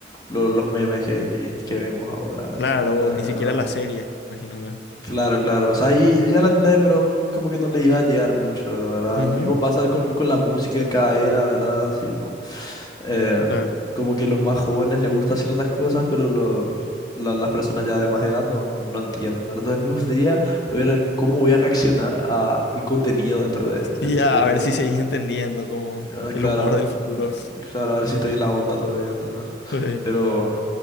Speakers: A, on the left (about 20°); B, on the left (about 75°).
A: lo- los memes que, que, que vemos ahora,
B: claro,
A: ¿entendés? Eh,
B: ni siquiera la serie, imagino yo.
A: Claro, claro. O sea, i- iban a entender, pero mm, como que no les iba a llegar mucho, ¿verdad?
B: Ujú,
A: Lo mismo pasa con, con la música en cada era, ¿verdad? Sí, po. Eh,
B: claro.
A: como que los más jóvenes les gustan ciertas cosas, pero lo- la- las personas ya de más edad no, no entienden, ¿verdad? Entonces me gustaría ver cómo voy a reaccionar a el contenido dentro de, de
B: Sí,
A: 30,
B: a, a ver
A: 40.
B: si seguís entendiendo como
A: Ah,
B: el
A: claro,
B: humor del futuro.
A: ah, claro, ahora sí estoy en la onda todavía, ¿entendés?
B: <laughs>
A: Pero,